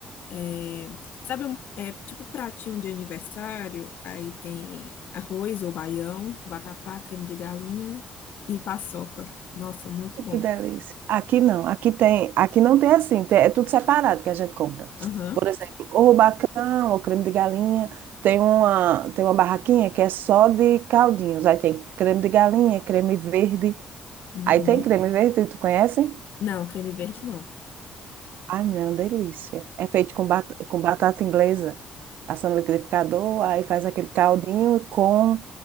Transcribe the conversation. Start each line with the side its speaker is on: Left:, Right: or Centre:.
Left: é- sabe, um, é tipo pratinho de aniversário, aí tem arroz ou baião, vatapá, creme de galinha e paçoca. Nossa, muito bom.
Right: Que delícia. Aqui não, aqui tem, aqui não tem assim, tem- é tudo separado que a gente compra.
Left: Aham.
Right: Por exemplo, o rubacão, o creme de galinha, tem uma, tem uma barraquinha que é só de caldinhos. Aí tem creme de galinha, creme verde.
Left: uhum.
Right: Aí tem creme verde, tu conhece?
Left: Não, creme verde não.
Right: Ai, meu, é uma delícia. É feito com, bat com batata inglesa, passa no liquidificador, aí faz aquele caldinho com